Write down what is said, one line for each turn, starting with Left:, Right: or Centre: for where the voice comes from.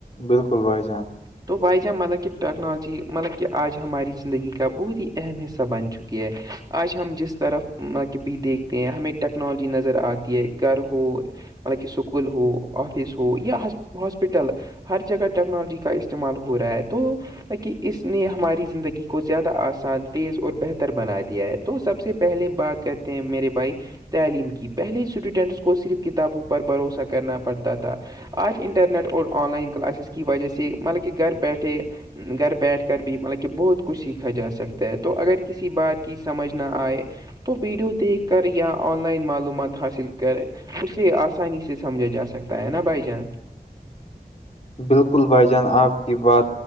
Left: بالکل بسان
Right: تو بائی جہاں مطلب کہ ٹیکنالوجی مطلب کہ آج ہماری زندگی کا بہت ہی اہم حصہ بن چکی ہے آج ہم جس طرف ماں کےب دیکھتے ہیں ہمیں ٹیکنالوجی نظر آتی ہے گھر ہو حک اسکول ہو آفس ہو یا ہاسپٹل ہر جگہ ٹیکنالوجی کا استعمال ہو رہا ہے تو کہ اس نے ہماری زندگی کو زیادہ آسان تیز اور بہتر بنا دیا ہے تو سب سے پہلے بات کرتے ہیں میرے بھائی تعلیم کی پہلے اسٹوڈنٹس کو صرف کتابوں پر بھروسہ کرنا پڑتا تھا آج انٹرنیٹ اور آن لائن کلاسز کی وجہ سے مطلب کہ گھر پیٹھے ہے گھر بیٹھ کر بھی مطلب کہ بہت کچھ سیکھا جا سکتا ہے تو اگر کسی بات کی سمجھ نہ آئے تو ویڈیو دیکھ کر یا آن لائن معلومات حاصل کریں اسے آسانی سے سمجھا جا سکتا ہے نا بھائی جان
Left: بالکل بھائی جان آپ کی بات